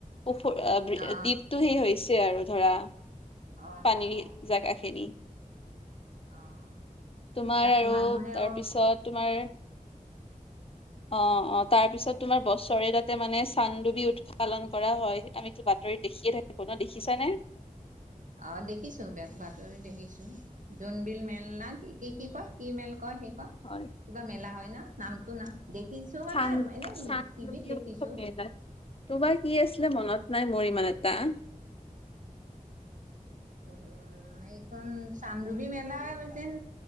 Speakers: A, on the left (about 40°); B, on the right (about 65°).
A: ওফ দ্বীপটো
B: অ
A: সেই হৈছে আৰু ধৰা
B: অ
A: পানীৰ
B: অ অ
A: জাগাখেদি
B: অ অ
A: তোমাৰ
B: তাত
A: আৰু
B: মানুহেও
A: তাৰপিছত তোমাৰ অ অ তাৰপিছত তোমাৰ বছৰে তাতে মানে চান্দুবি উৎস পালন কৰা হয় আমিতো বাতৰিত দেখিয়ে থাকিব ন দেখিছানে
B: অ দেখিছো বেয়া ভাৰ দেখিছো জোনবিল মেল না কি কি কি কয় কি মেল কয়েই কিবা
A: হয়
B: মেলা হয় না নামটোো না দেখিছো
A: উসৱ
B: মানে এনে টিভিত
A: মাত
B: দেখিছো
A: তোমাৰ কি আছিলে মনত াত নাই মোৰ ইমান এটা
B: উম এইখন চান্দবী মেলাৰ যেন